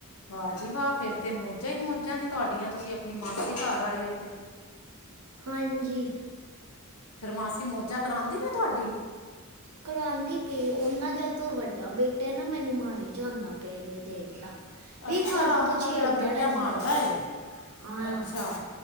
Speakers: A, on the left; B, on the right.
A: ਵਾਹ ਜੀ ਵਾਹ ਫਿਰ ਤੇ ਮੌਜਾਂ ਹੀ ਮੌਜਾਂ ਨੇ ਤੁਹਾਡੀਆਂ ਤੁਸੀਂ ਆਪਣੀ ਮਾਸੀ ਘਰ ਆਏ ਹੋ ਤੇ।
B: ਹਾਂਜੀ
A: ਫੇਰ ਮਾਸੀ ਮੌਜਾਂ ਕਰਾਉਂਦੀ ਪਈ ਤੁਹਾਡੀ।
B: ਕਰਾਉਂਦੀ ਪਈ ਉਹਨਾ ਜਦ ਵੱਡਾ ਬੇਟਾ ਨਾ ਮੈਨੂੰ ਮਾਰੀ ਜਾਂਦਾ ਪਿਆ ਇੰਨੀ ਦੇਰ ਦਾ। ਵੀ
A: ਅੱਛਾ
B: ਫਾਲਤੂ
A: ਉਹਨਾਂ
B: ਤਾਂ ਛੇੜਦਾ
A: ਦਾ ਜਿਹੜਾ ਬੇਟਾ
B: ਰਹਿੰਦਾ
A: ਮਾਰਦਾ ਐ।
B: ਹਾਂ
A: ਅੱਛਾ।